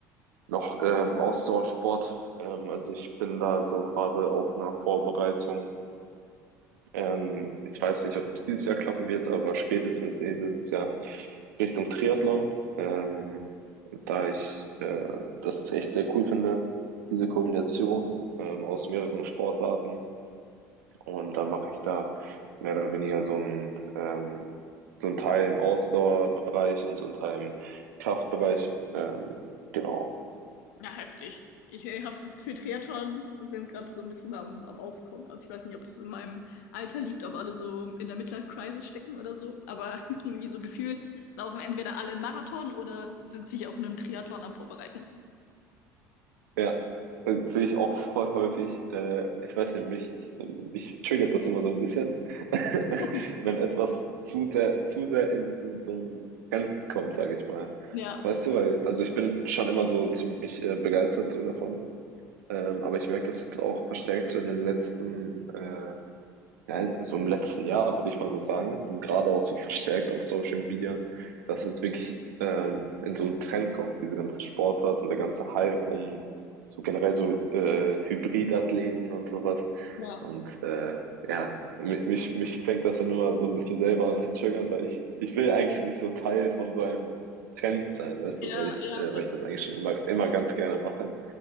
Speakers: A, on the right; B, on the left.
A: noch ähm, Ausdauersport. Ähm, also ich bin da so gerade auf einer Vorbereitung. Ähm, ich weiß nicht, ob es dieses Jahr klappen wird, aber spätestens nächstes Jahr Richtung Triathlon, ähm, da ich äh, das echt sehr cool finde, diese Kombination ähm, aus mehreren Sportarten. Und dann mache ich da mehr oder weniger so ein, ähm, so ein Teil im Ausdauerbereich und so ein Teil im Kraftbereich. Ähm, genau.
B: Ja, heftig. Ich habe das Gefühl, Triathlons sind gerade so ein bisschen am, am Aufkommen. Also ich weiß nicht, ob das in meinem Alter liegt, ob alle so in der Midlife-Crisis stecken oder so. Aber <laughs> irgendwie so gefühlt laufen entweder alle einen Marathon oder sind sich auf einem Triathlon am Vorbereiten.
A: Ja, das sehe ich auch voll häufig. Äh, ich weiß nicht, mich, mich triggert das immer so ein bisschen, <laughs>
B: <laughs>
A: wenn etwas zu sehr, zu sehr in so ein Trend kommt, sage ich mal.
B: Ja,
A: Weißt du, weil, also ich bin schon immer so ziemlich äh, begeistert so davon. Ähm, aber ich merke das jetzt auch verstärkt so in den letzten äh, Ja, so im letzten Jahr, würde ich mal so sagen, und gerade auch so verstärkt auf Social Media, dass es wirklich ähm, in so einen Trend kommt, diese ganze Sportart und der ganze Hype um so generell so äh, Hybridathleten und sowas.
B: ja,
A: Und äh, ja, mi- mich, mich fängt das dann immer so ein bisschen selber an zu triggern, weil ich, ich will eigentlich nicht so Teil von so einem Trend sein, weißt
B: ja,
A: du, weil ich,
B: ja,
A: äh, weil ich das eigentlich schon immer, immer ganz gerne mache.